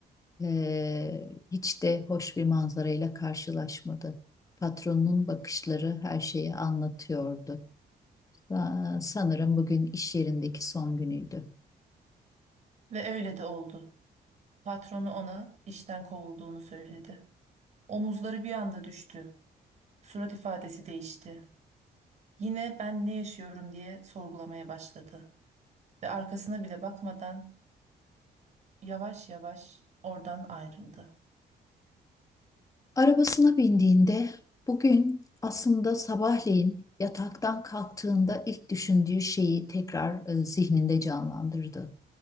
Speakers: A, on the left; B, on the right.
A: eee, hiç de hoş bir manzarayla karşılaşmadı. Patronun bakışları her şeyi anlatıyordu. Sa- Sanırım bugün iş yerindeki son günüydü.
B: Ve öyle de oldu. Patronu ona işten kovulduğunu söyledi. Omuzları bir anda düştü. Surat ifadesi değişti. Yine ben ne yaşıyorum diye sorgulamaya başladı. ve arkasına bile bakmadan yavaş yavaş oradan ayrıldı.
A: Arabasına bindiğinde bugün aslında sabahleyin yataktan kalktığında ilk düşündüğü şeyi tekrar e, zihninde canlandırdı.